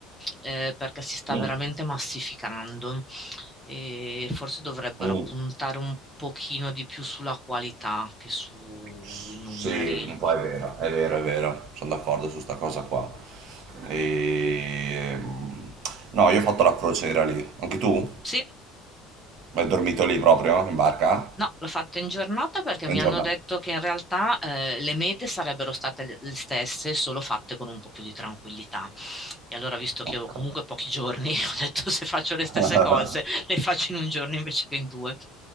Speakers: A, in the centre; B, on the right.
A: eh, perché si sta
B: mm,
A: veramente massificando e forse dovrebbero
B: mm.
A: puntare un pochino di più sulla qualità che sui
B: Sì,
A: numeri.
B: un po' è vero, è vero, è vero, sono d'accordo su sta cosa qua. E... ehm, No, io ho fatto la crociera lì, anche tu?
A: Sì.
B: Hai dormito lì proprio, in barca?
A: No, l'ho fatto in giornata perché
B: In
A: mi
B: giornata?
A: hanno detto che in realtà eh, le mete sarebbero state le le stesse, solo fatte con un po' più di tranquillità. E allora, visto che
B: Ok.
A: ho comunque pochi giorni, <laughs> ho detto se faccio le stesse
B: <laughs>
A: cose, le faccio in un giorno invece che in due.